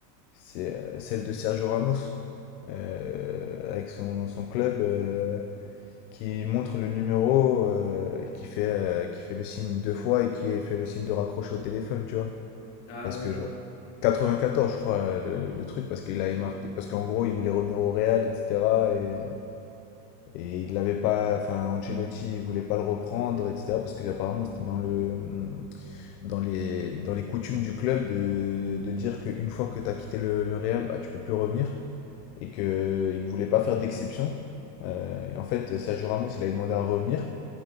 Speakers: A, on the left; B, on the left.
A: C'est euh, celle de Sergio Ramos, euh, avec son, son club euh, qui montre le numéro, euh, qui fait, euh, qui fait le signe deux fois et qui fait le signe de raccrocher au téléphone, tu vois.
B: Ah
A: Parce
B: ouais.
A: que, genre, 94 je crois, le, le truc, parce qu'il avait
B: Il-
A: marqué. Parce qu'en gros, il voulait revenir au Real, etc. Et, et il l'avait pas. Enfin, Ancelotti, il voulait pas le reprendre, etc. Parce que, apparemment, c'était dans le, dans les, dans les coutumes du club de, de dire qu'une fois que tu as quitté le, le Real, bah, tu peux plus revenir et qu'il ne voulait pas faire d'exception. Euh, et en fait, Sergio Ramos, il avait demandé à revenir